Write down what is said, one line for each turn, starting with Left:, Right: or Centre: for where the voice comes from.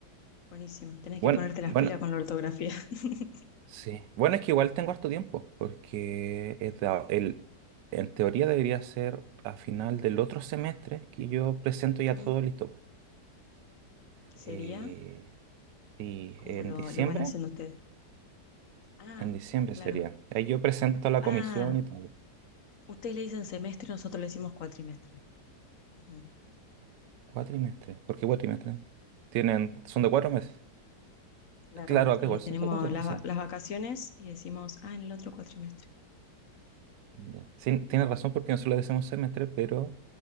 Left: Buenísimo, tenés
Right: bueno,
Left: que ponerte las
Right: bueno,
Left: pilas con la ortografía. <laughs>
Right: sí. Bueno, es que igual tengo harto tiempo, porque es da- el, en teoría debería ser a final del otro semestre que yo presento ya
Left: Mm.
Right: todo listo. Eh,
Left: ¿Sería?
Right: y
Left: ¿Cómo
Right: en
Left: lo,
Right: diciembre,
Left: lo van haciendo ustedes? Ah,
Right: en diciembre
Left: claro.
Right: sería. Ahí yo presento a la
Left: Ah,
Right: comisión y todo.
Left: Ustedes le dicen semestre, nosotros le decimos cuatrimestre. Ujú,
Right: Cuatrimestre. ¿Por qué cuatrimestre? Tienen, son de cuatro meses.
Left: Claro,
Right: Claro, acá
Left: y
Right: igual
Left: tenemos
Right: son de cuatro
Left: las,
Right: meses.
Left: va- las vacaciones y decimos, ah, en el otro cuatrimestre.
Right: Ya. Sí, tienes razón porque nosotros le decimos semestre, pero